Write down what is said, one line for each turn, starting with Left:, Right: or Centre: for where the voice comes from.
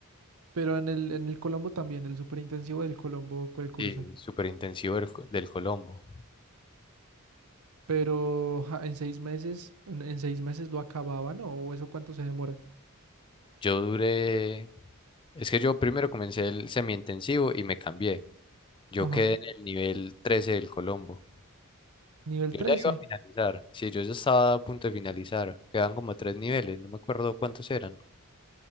Right: Pero en el, en el Colombo también, el superintensivo del Colombo fue el curso.
Left: Sí. el Súper intensivo del, co- del Colombo.
Right: Pero ja, en seis meses, en, en seis meses lo acababan, ¿no? ¿O eso cuánto se demora?
Left: Yo duré... Es que yo primero comencé el semi-intensivo y me cambié. Yo
Right: Ajá.
Left: quedé en el nivel 13 del Colombo.
Right: Nivel
Left: Yo
Right: 13.
Left: ya iba a finalizar. Sí, yo ya estaba a punto de finalizar. Quedan como tres niveles, no me acuerdo cuántos eran,